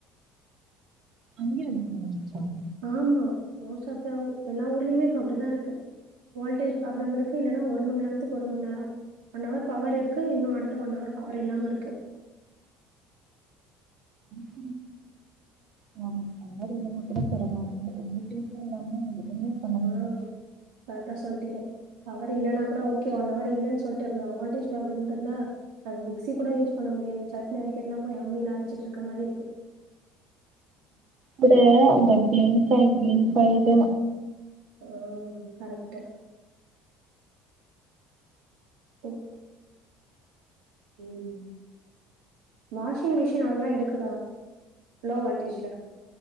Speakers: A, on the right; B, on the right.
A: அங்கயு லோ <inaudible>
B: ஆமா மோஸ்ட் ஆஃப் த எல்லா ஊர்லயுமே இப்போ அப்டிதா இருக்கு வோல்டேஜ் ப்ராப்ளம் இருக்கு இல்லன்னா ஒரு மண்ணேரத்துக்கு ஒரு மண்ணேரம் ஒன் ஹவர் பவர் இருக்கு இன்னு அடுத்த ஒன் ஹவர் பவர் இல்லாம இருக்கு
A: <inaudible> பவர் இல்லன்னா கூட பரவால்ல வோல்டேஜூ இல்லாம எதுமே பண்ண
B: ஆஹ்
A: முடியல
B: கரெட்டா சொல்ட்டீங்க பவர் இல்லைன்னா கூட ஓகே ஒன்னவர் இல்லன்னு சொல்ட்டு இருக்கலா வோல்டேஜ் ப்ராப்ளம்ட்டு இருந்தா நம மிக்சி கூட யூஸ் பண்ண முடியாது சட்னி அரக்கிறது எல்லா போய் அம்மியில அரச்சிட்டு இருக்க மாரி இருக்கு
A: கூட அந்த ப்லிங்காய் ப்லிங்காய் தா
B: உம் கரெக்டு உ உம் வாஷிங் மிஷின் அதல்லா எடுக்குதா லோ வோல்டேஜ்ல